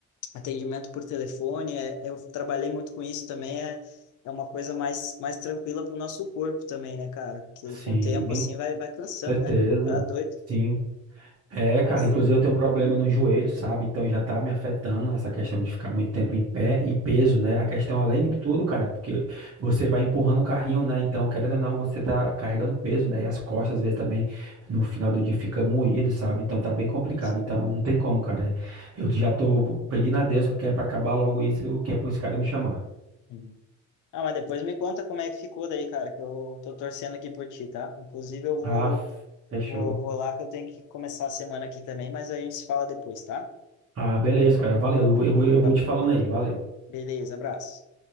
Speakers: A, on the left (about 80°); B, on the right (about 50°).
A: atendimento por telefone, é, eu trabalhei muito com isso também, é, é uma coisa mais, mais tranquila para o nosso corpo também, né, cara? Que
B: sim,
A: com o tempo, assim, vai, vai cansando,
B: certeza.
A: né? Tá doido.
B: Sim. É,
A: Mas,
B: cara, inclusive eu tenho um problema no joelho, sabe? Então já tá me afetando essa questão de ficar muito tempo em pé e peso, né? A questão, além de tudo, cara, é porque você vai empurrando o carrinho, né? Então, querendo ou não, você tá carregando peso, né? E as costas, às vezes, também no final do dia fica moído, sabe? Então tá bem complicado.
A: enfim.
B: Então não tem como, cara. Eu já tô pedindo a Deus que é pra acabar logo isso, que é pros caras me chamar.
A: Uhum. Ah, mas depois me conta como é que ficou daí, cara, que eu tô torcendo aqui por ti, tá? Inclusive, eu vou,
B: Ah, fechou.
A: vou, vou lá que eu tenho que começar a semana aqui também, mas a gente se fala depois, tá?
B: Ah, beleza, cara. Valeu. Eu vou, eu vou, eu
A: Va-
B: vou te falando aí. Valeu.
A: Beleza, abraço.